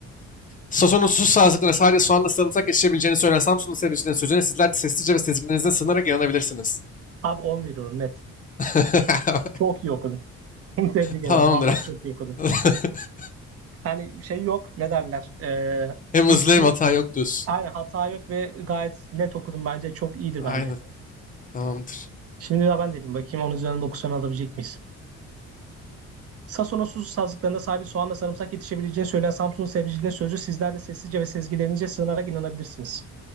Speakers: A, on the left (about 25°); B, on the right (about 50°).
A: Sason'un su sazlıklarına sadece soğanla sarımsak yetişebileceğini söyleyen Samsunlu sebecilerin sözüne sizler de sessizce ve sezgilerinize sığınarak inanabilirsiniz.
B: Abi 10 veriyorum net.
A: <laughs>
B: Çok iyi okudun. <laughs> Tebrik
A: Tamamdır.
B: ederim. Vallahi çok iyi okudun.
A: <laughs>
B: Hani şey yok. Ne derler? Ee,
A: Hem
B: hiçbir
A: hızlı hem hata yok diyorsun.
B: aynen hata yok ve gayet net okudun bence. Çok iyidir
A: Aynen.
B: bence.
A: Tamamdır.
B: Şimdi daha ben dedim. Bakayım onun üzerinden 9 tane alabilecek miyiz? Sason'un susuz sazlıklarında sadece soğanla sarımsak yetişebileceğini söyleyen Samsun'un sebzeciliğinin sözü sizler de sessizce ve sezgilerinize sığınarak inanabilirsiniz.